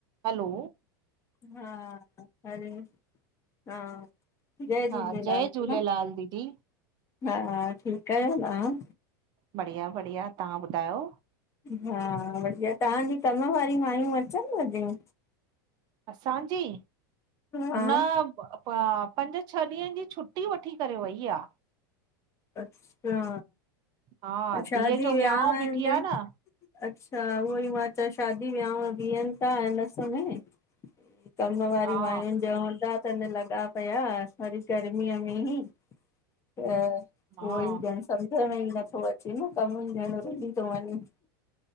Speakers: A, on the right; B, on the left.
A: हलो
B: हा हरिओम हा जय झूलेलाल
A: हा जय झूलेलाल
B: भेण
A: दीदी
B: हा ठीकु आहियो तव्हां?
A: बढ़िया बढ़िया तव्हां ॿुधायो?
B: हा बढ़िया तव्हांजी कम वारी मायूं अचनिव तियूं?
A: असांजी,
B: हा
A: न पंज छह ॾींहंनि जी छुट्टी वठी करे वई आहे।
B: अच्छा,
A: हा
B: शादी
A: धीअ जो
B: विहावन
A: वियांउ बीठी
B: त
A: आ न
B: अच्छा, उहो ई मां चयो शादी वियाव बीहनि था हिन समय कम वारी
A: हा
B: मायुनि जा हूंदा तन लॻा पिया वरी गर्मीअ में ई त उहो
A: हा
B: ई ॼण सम्झ में ई नथो अचे न कमु ई ॼण रुली थो वञे।